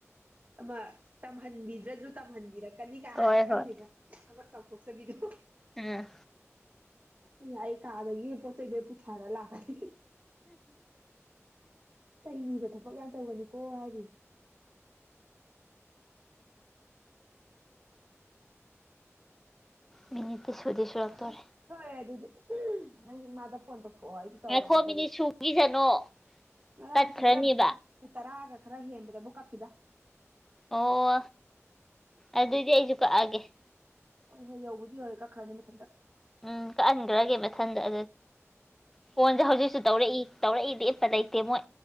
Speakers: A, on the right; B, in the centre.
A: ꯑꯃ ꯇꯝꯍꯟꯕꯤꯗ꯭ꯔꯁꯨ ꯇꯝꯍꯟꯕꯤꯔꯛ ꯀꯅꯤ ꯀ
B: ꯍꯣꯏ
A: ꯍꯥꯏ ꯈꯪꯗꯦꯅꯦ
B: ꯍꯣꯏ
A: ꯆꯥꯎꯊꯣꯛꯆꯕꯤꯗꯣ
B: ꯎꯝ
A: ꯎꯝ ꯑꯩ ꯀꯥꯗꯒꯤ ꯄꯣꯠꯆꯩ ꯂꯣꯏꯅ ꯄꯨꯊꯔ ꯂꯥꯛꯀꯅꯤ ꯆꯩꯅꯤꯕ ꯊꯕꯛ ꯌꯥꯝ ꯇꯧꯒꯅꯤꯨꯀꯣ ꯍꯥꯏꯔꯤ
B: ꯃꯤꯅꯤꯠꯇꯤ ꯁꯨꯗꯤ ꯁꯨꯔꯛꯇꯣꯔꯦ
A: ꯐ ꯐꯔꯦ ꯑꯗꯨꯗꯤ ꯅꯪ ꯏꯃꯥꯗ ꯐꯣꯟ ꯇꯧ ꯊꯣꯛ ꯍꯥꯏꯗꯤ ꯇꯧꯔꯒꯦ
B: ꯉꯥꯏꯈꯣ ꯃꯤꯅꯤꯠ
A: ꯀꯔꯤ
B: ꯁꯨꯈꯤꯁꯅꯣ
A: ꯉꯔꯥꯡ
B: ꯇꯠꯈ꯭ꯔꯅꯤꯕ
A: ꯆꯦꯔꯕꯤꯅ ꯇꯔꯥꯒ ꯈꯔ ꯍꯦꯟꯕꯗ ꯃꯨꯠ ꯀꯥꯛꯈꯤꯗ
B: ꯑꯣ ꯑꯗꯨꯗꯤ ꯑꯩꯖꯨ ꯀꯛꯑꯒꯦ <inaudible>
A: ꯍꯣꯏ ꯍꯣꯏ ꯌꯧꯕꯨꯗꯤ ꯌꯧꯔꯦ ꯀꯛꯈ꯭ꯔꯅꯤ ꯃꯊꯟꯇ
B: ꯎꯝ ꯀꯛꯍꯟꯒꯔꯒꯦꯕ ꯈꯪꯗꯦ ꯐꯣꯟꯁꯦ ꯍꯧꯖꯤꯛꯁꯨ ꯇꯧꯔꯛꯏ ꯇꯧꯔꯛꯏꯗꯤ ꯏꯞꯄ ꯂꯩꯇꯦ ꯃꯣꯏ